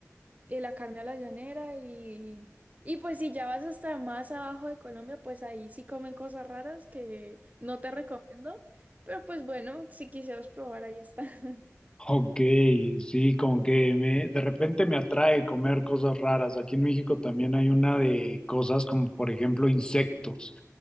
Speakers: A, on the right; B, on the left.
A: Y la carne a la llanera y... Y pues si ya vas hasta más abajo de Colombia, pues ahí sí comen cosas raras que no te recomiendo. Pero pues bueno, si quisieras probar, ahí está. <laughs>
B: Ok, sí, como que me, de repente me atrae comer cosas raras. Aquí en México también hay una de cosas como, por ejemplo, insectos.